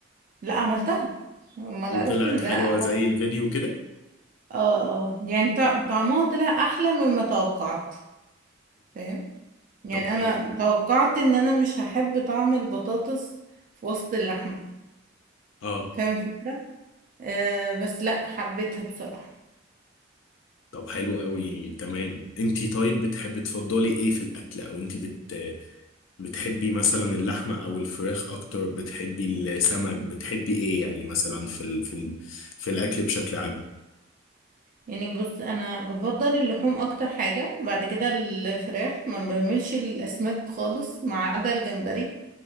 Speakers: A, on the right; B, on the left.
A: لا عملتها امال
B: وطلعت
A: عرفت إن
B: حلوة
A: لا
B: زي الفيديو كده
A: اه اه يعني طع- طعمها طلع احلى مما توقعت فاهم يعني
B: طب
A: انا
B: حلو أوي.
A: توقعت ان انا مش هحب طعم البطاطس في وسط اللحمه
B: اه
A: فاهم الفكره آه بس لا حبيتها بصراحه
B: طب حلو قوي تمام انتي طيب بتحبي تفضلي ايه في الاكل او انتي بت بتحبي مثلا اللحمه او الفراخ اكتر بتحبي السمك بتحبي ايه يعني مثلا في ال... في ال... في الاكل بشكل عام
A: يعني بص انا بفضل اللحوم اكتر حاجه بعد كده الفراخ ما بعملش الاسماك خالص ما عدا الجمبري